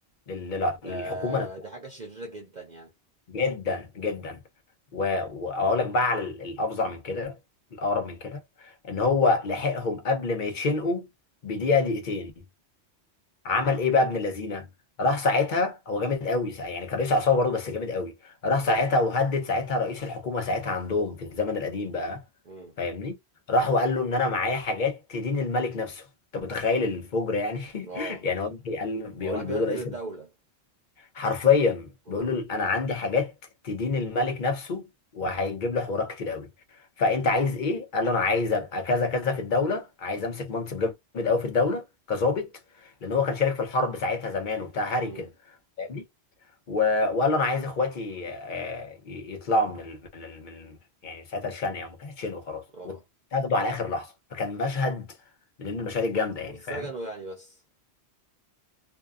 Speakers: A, on the left; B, on the right.
A: لل... لل-
B: ده
A: للحكومة نفسها
B: دي حاجه شريره جدا يعني
A: جدا جدا و- واقول لك بقى على ال- الافظع من كده الاغرب من كده ان هو لحقهم قبل ما يتشنقوا بدقيقه دقيقتين عمل ايه بقى ابن اللذينه راح ساعتها هو جامد قوي ساعة- يعني كان رئيس عصابه برضه بس جامد قوي راح
B: امم
A: ساعتها وهدد ساعتها رئيس الحكومه ساعتها عندهم في الزمن القديم بقى
B: امم
A: فاهمني راح وقال له ان انا معايا حاجات تدين الملك نفسه انت متخيل الفجر يعني <laughs>
B: اه
A: يعني هو بيقول بيقول
B: هو راح بيهدد
A: بيقول
B: الدوله
A: رئيس حرفيا
B: اه
A: بيقول له انا عندي حاجات تدين الملك نفسه وهيجيب له حوارات كتير قوي فانت عايز ايه قال له انا عايز ابقى كذا كذا في الدوله عايز امسك منصب جامد قوي في الدوله كظابط لان هو كان شارك في الحرب ساعتها زمان وبتاع هاري
B: امم
A: كده فاهمني و- وقال له انا عايز اخواتي آه، ي- يطلعوا من ال... من ال... من ال... يعني ساعتها الشنقه وما كانتش شنقه خلاص
B: اه
A: واتاخدوا على اخر لحظه فكان مشهد من المشاهد الجامده يعني
B: واتسجنوا
A: فاهم
B: يعني بس